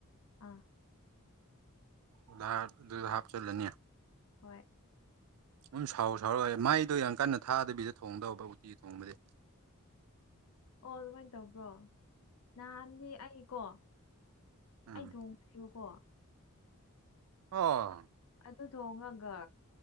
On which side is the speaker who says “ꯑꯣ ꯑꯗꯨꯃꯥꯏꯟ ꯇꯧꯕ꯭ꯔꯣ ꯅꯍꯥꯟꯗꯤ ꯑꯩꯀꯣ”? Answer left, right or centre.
Left